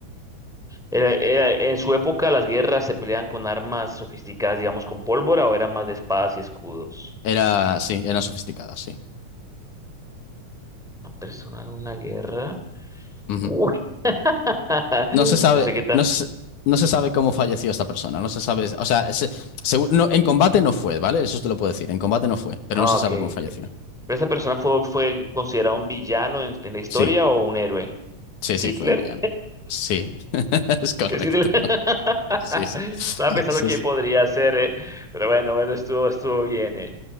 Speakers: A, in the centre; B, on the left.
A: Era- era- en su época las guerras se peleaban con armas sofisticadas, digamos, con pólvora o eran más de espadas y escudos.
B: Era, sí, eran sofisticadas, sí.
A: Una persona en una guerra.
B: Ujú.
A: Uy. <laughs>
B: No se sabe,
A: No sé qué tan.
B: no se, no se sabe cómo falleció esta persona, no se sabe, o sea, se- segu- no, en combate no fue, ¿vale? Eso te lo puedo decir, en combate no fue, pero
A: Ah,
B: no se
A: ok.
B: sabe
A: ¿Pero
B: cómo falleció.
A: esa persona fue, fue considerado un villano en, en la historia
B: Sí,
A: o un héroe?
B: sí,
A: ¿Es
B: sí,
A: Hitler?
B: fue un villano. Sí, <laughs> es correcto.
A: ¿Es Hitler? <laughs>
B: Sí, sí,
A: Estaba pensando
B: sí,
A: quién
B: sí.
A: podría ser, eh, Pero bueno, bueno, estuvo, estuvo bien, eh.